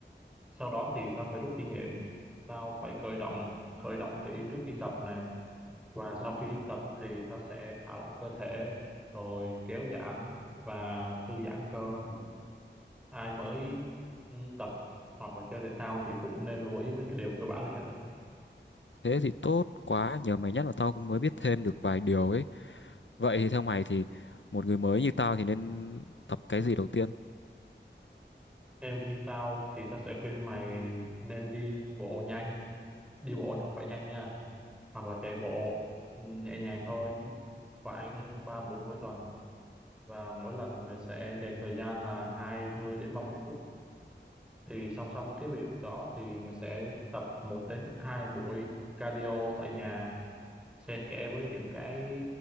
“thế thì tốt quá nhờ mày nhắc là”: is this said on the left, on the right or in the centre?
Left